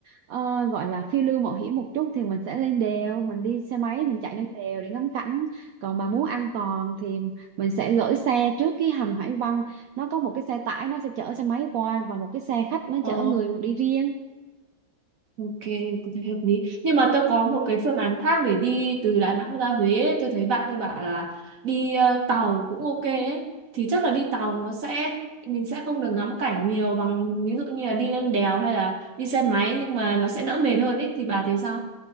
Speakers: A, on the right (about 80°); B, on the right (about 55°).
A: ờ, gọi là phiêu lưu mạo hiểm một chút thì mình sẽ lên đèo mình đi xe máy mình chạy lên đèo để ngắm cảnh còn bà muốn an toàn thì mình sẽ gửi xe trước cái hầm Hải Vân nó có một cái xe tải nó sẽ chở xe máy qua và một cái xe khách nó
B: ồ
A: chở người đi riêng
B: ok tôi thấy hợp lý nhưng mà tôi có một cái phương án khác để đi từ Đà Nẵng ra Huế ấy. tôi thấy bạn tôi bảo là đi ờ, tàu cũng ok ấy thì chắc là đi tàu nó sẽ mình sẽ không được ngắm cảnh nhiều bằng ví dụ như là đi lên đèo hay là đi xe máy nhưng mà nó sẽ đỡ mệt hơn ấy thì bà thấy sao